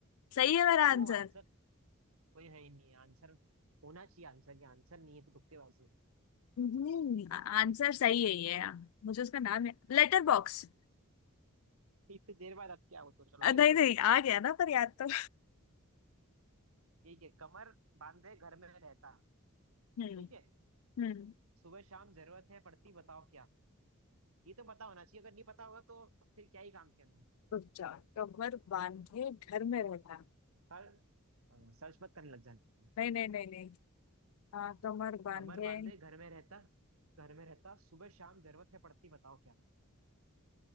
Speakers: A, on the left (about 75°); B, on the right (about 75°).
A: सही है मेरा
B: क्यों
A: आंसर
B: आंसर कोई है ही नहीं आंसर होना चाहिए आंसर ये आंसर नहीं है तो तुक्केबाजी
A: हम्म आंसर सही है ये हाँ। मुझे उसका नाम है लेटर
B: मैं
A: बॉक्स
B: इतनी देर बाद अब क्या हो तो चलो
A: अ,
B: नेक्स्ट
A: नहीं
B: क्वेश्चन
A: नहीं आ गया ना पर याद तो
B: ठीक है कमर बांधे घर में रहता
A: हम्म
B: ठीक है
A: हम्म
B: सुबह शाम जरूरत है पड़ती बताओ क्या ये तो पता होना चाहिए अगर नहीं पता होगा तो फिर क्या ही काम किया मैंने
A: रुक जा कमर बांधे घर में रहता
B: सर सर्च मत करने लग जाना
A: नहीं नहीं नहीं नहीं हाँ कमर बांधे
B: कमर बांधे घर में रहता घर में रहता सुबह शाम जरूरत है पड़ती बताओ क्या